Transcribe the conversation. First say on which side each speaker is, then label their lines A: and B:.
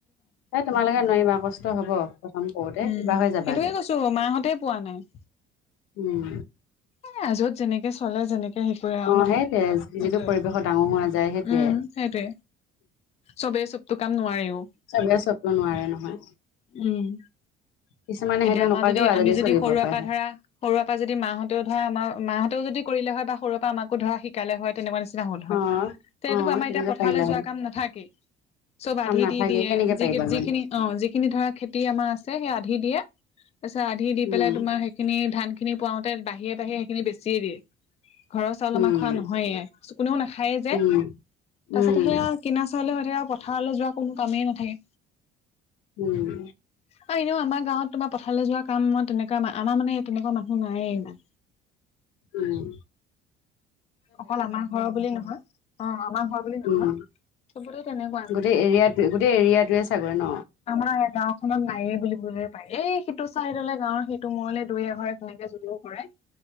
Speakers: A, on the left; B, on the left.
A: এই তোমালোকে নোৱাৰিবা কষ্ট হ'ব। প্ৰথম কৰোতে
B: উম
A: কিবা হৈ যাবাগে
B: সেইটোকে কৈছো মাহঁতেই পোৱা নাই।
A: উম,
B: এআ যত যেনেকে চলে যেনেকে হে কৰে আৰু
A: অ
B: ন
A: সেইটোৱে
B: সেইটোয়ে
A: যিটো পৰিৱেশত ডাঙৰ হোৱা যায় সেইটোৱে
B: উম সেইটোৱে। চবেই চবতো কাম নোৱাৰেও।
A: চবে চবতো নোৱাৰে নহয়
B: উম্।
A: কিছুমানে সেইটো
B: এতিয়া আমাৰ
A: নকৰাকেও
B: যদি
A: আজাদি
B: আমি যদি
A: চলিব
B: সৰুৰে
A: পাৰে
B: পৰা
A: হয়।
B: ধৰা সৰুৰে পৰা যদি মাহঁতেও ধৰা আমাৰ মাহঁতেও যদি, কৰিলে হয় বা সৰুৰ পৰা আমাকো ধৰা শিকালে হয়। তেনেকুৱা নিচিনা হল হয়
A: অ
B: তে
A: অ
B: আমাৰ
A: তেনেকে
B: এতিয়া পথাৰলে
A: পাৰিলা
B: যোৱা
A: হয়
B: কাম নাথাকেই। চব
A: কাম
B: আধি
A: নাথাকে
B: দি দিয়ে
A: কেনেকে পাৰিবা
B: যি
A: মান
B: যিখিনি অ যিখিনি ধৰা খেতি আমাৰ আছে সেই আধি দিয়ে। তাৰপিছত আধি দি
A: উম
B: পেলাই তোমাৰ সেইখিনি ধান খিনি পোৱাওতে বাহিৰে বাহিৰে সেইখিনি বেছিয়ে দিয়ে। ঘৰৰ চাউল
A: উম
B: আমাৰ খোৱা নহয়ে কোনেও নাখায়েই যে।
A: উম
B: তাৰপিছতে
A: উম
B: সেইয়া কিনা চাউলে হৈ থাকে পথাৰলে যোৱা কোনো কামেই নাথাকে।
A: উম্।
B: আৰু এনেও আমাৰ গাঁৱত তোমাৰ পথাৰলে যোৱা কাম মই তেনেকুৱা আমাৰ মানে তেনেকুৱা মানুহ নায়ে ইমান।
A: উম্।
B: অকল আমাৰ ঘৰৰ বুলি নহয় অ আমাৰ ঘৰ বুলি নহয়।
A: উম
B: সবতে তেনেকুৱা
A: গোটেই এৰিয়াটো গোটেই এৰিয়াটোৱে চাগৈ ন
B: আমাৰ গাও খনত নাইয়ে বুলিবল পাই এই সিটো চাইডলে গাঁৱৰ সিটো মূৰলে দুই এঘৰে তেনেকে যদিও কৰে।